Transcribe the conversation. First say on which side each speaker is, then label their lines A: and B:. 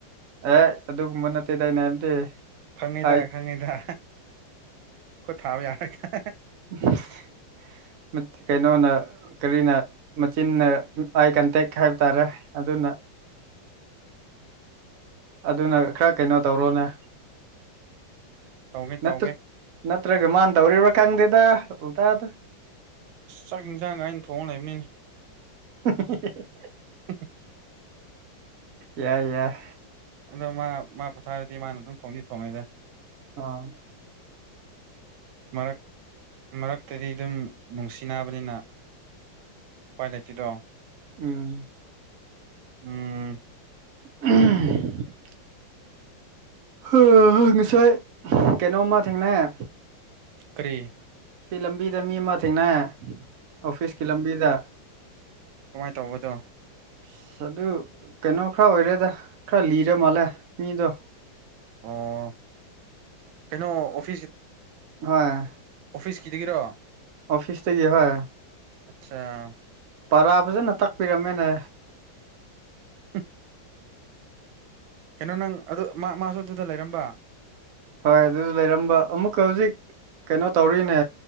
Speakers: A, on the right (about 65°); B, on the right (about 80°).
A: ꯑꯦ ꯑꯗꯨꯒꯨꯝꯕ ꯅꯠꯇꯦꯗꯥ ꯑꯩꯅ ꯍꯥꯏꯕꯗꯤ
B: ꯈꯪꯉꯤꯗꯥ
A: ꯑꯥꯏ
B: ꯈꯪꯉꯤꯗꯥ ꯈꯨꯠꯊꯥꯕ ꯌꯥꯔꯒ
A: INAUDIBLE ꯀꯩꯅꯣꯅ- ꯀꯔꯤꯅ ꯃꯆꯤꯟꯅ ꯑꯥꯏ ꯀꯟꯇꯦꯛ ꯈꯔ ꯇꯧꯔꯦ ꯑꯗꯨꯅ
B: INAUDIBLE
A: ꯑꯗꯨꯅ ꯈ꯭ꯔ ꯀꯩꯅꯣ ꯇꯧꯔꯣꯅꯦ
B: ꯇꯧꯒꯦ
A: ꯅꯠꯇ꯭ꯔ
B: ꯇꯧꯒꯦ
A: -ꯅꯠꯇ꯭ꯔꯒꯥ ꯃꯥꯅ ꯇꯧꯔꯤꯕ꯭ꯔꯥ ꯈꯪꯗꯦꯗꯥ ꯎꯜꯇꯥꯗ
B: ꯆꯥꯛ-ꯏꯟꯖꯥꯡꯒ ꯑꯩꯅ ꯊꯣꯡꯉꯥ ꯂꯩꯕꯅꯤꯅꯦ
A: UNINTELLIGIBLE
B: UNINTELLIGIBLE
A: ꯌꯥꯏꯌꯥꯏ
B: ꯑꯗꯣ ꯃꯥ ꯃꯥ ꯄꯣꯊꯥꯔꯗꯤ ꯃꯥꯅ ꯑꯗꯨꯝ ꯊꯣꯡꯗꯤ ꯊꯣꯡꯉꯦꯗ
A: ꯑꯥꯑꯪ
B: ꯃꯔꯛ- ꯃꯔꯛꯇꯗꯤ ꯗꯨꯝ ꯅꯨꯡꯁꯤꯅꯕꯅꯤꯅ ꯎꯄꯥꯏ ꯂꯩꯇꯦꯗꯣ
A: ꯎꯝ
B: ꯎꯝ
A: UNINTELLIGIBLE ꯍꯨꯋꯍꯩ ꯉꯁꯥꯢ ꯀꯩꯅꯣꯃꯥ ꯊꯦꯡꯅꯩ
B: ꯀꯔꯤ
A: ꯁꯤ ꯂꯝꯕꯤꯗ ꯃꯤ ꯑꯃ ꯊꯦꯡꯅꯩꯑꯦ ꯑꯣꯐꯤꯁꯀꯤ ꯂꯝꯕꯤꯗ
B: ꯀꯃꯥꯏ ꯇꯧꯕꯗꯣ
A: ꯑꯥꯁ ꯑꯗꯨ ꯀꯩꯅꯣ ꯈꯔ ꯑꯣꯏꯔꯦꯗ-ꯈꯔ ꯂꯤꯔ ꯃꯥꯜꯂꯦ ꯃꯤꯗꯣ
B: ꯑꯣꯑꯣ ꯀꯩꯅꯣ ꯑꯣꯐꯤꯁ
A: ꯍꯣꯏꯑꯦ
B: ꯑꯣꯐꯤꯁꯀꯤꯗꯒꯤꯔꯣ
A: ꯑꯣꯐꯤꯁꯇꯒꯤ ꯍꯣꯏ
B: ꯑꯁꯆꯥ
A: ꯄꯔꯥ ꯐꯖꯅ ꯇꯥꯛꯄꯤꯔꯝꯃꯦꯅꯦ
B: <unintelligible> ꯀꯩꯅꯣ ꯅꯪ ꯑꯗꯨ ꯃꯥ ꯃꯥꯁꯨ ꯑꯗꯨꯗ ꯂꯩꯔꯝꯕ
A: ꯍꯣꯏ ꯑꯗꯨꯁꯨ ꯂꯩꯔꯝꯕ ꯑꯃꯨꯛꯀ ꯍꯧꯖꯤꯛ ꯀꯩꯅꯣ ꯇꯧꯔꯤꯅꯦ